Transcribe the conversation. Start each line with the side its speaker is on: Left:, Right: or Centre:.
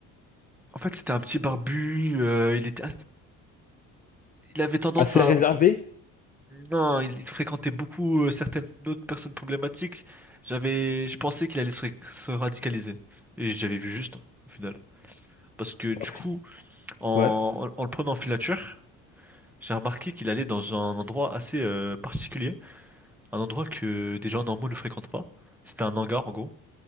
Centre: En fait, c'était un petit barbu, euh, il était, il avait tendance
Left: Assez
Centre: à,
Left: réservé?
Centre: non, il, il fréquentait beaucoup euh, certaines autres personnes problématiques. J'avais, je pensais qu'il allait se, se radicaliser, et j'avais vu juste, hein, au final, parce que du
Left: Oh, fi-
Centre: coup. En,
Left: Ouais.
Centre: en- en le prenant en filature, j'ai remarqué qu'il allait dans un endroit assez euh, particulier, un endroit que des gens normaux ne fréquentent pas. C'était un hangar en gros.